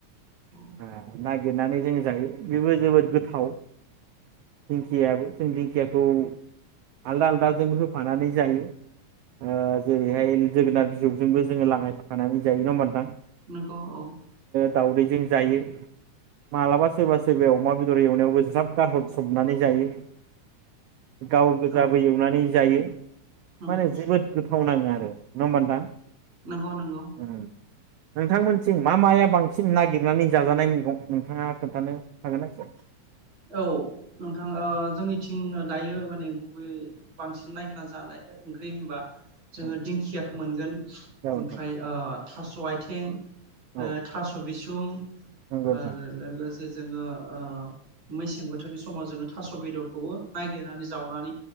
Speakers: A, on the right; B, on the right.
A: औ
B: आह नागिरनानै जोंङो जायो बेबो जोबोद गोथाव दिंखियाबो जों दिंखियाखौ आलदा आलदाजोंबो होफानानै जायो ओ जेरैहाय जोगोनार बिजौ जोंबो जोङो लागाय फानानै जायो नङा होमाबा नोंथां
A: नंगौ औ
B: दावदैजों जायो मालाबा सोरबा सोरबाया अमा बेदर एवनायावबो ज्राब गारहर सबनानै जायो गाव गोजाबो
A: औ
B: एवनानै जायो
A: नंगौ
B: माने जोबोद गोथाव नाङो आरो नंङा होनबा नोंथां
A: नंगौ नंगौ
B: उम। नोंथांमोनथिं मा माया बांसिन नागिरनानै जाजानाय मैगं नोंथाङा खोन्थानो हागोन ना एसे
A: औ नोंथां जोंनिथिं ओ दायो माने गुबै बांसिन नागिरना जानाय ओंख्रि होनबा जोङो
B: औ
A: दिंखियाखौ मोनगोन
B: जागोन
A: ओमफ्राय
B: नोंथां
A: ओ थास आइथिं
B: औ
A: थास बिसुं ओ
B: नंगौ नोंथां
A: लोगोसे जोङो ओ मेसें बोथोरनि समाव जोङो थास बेदरखौबो नायगिरनानै जावनानै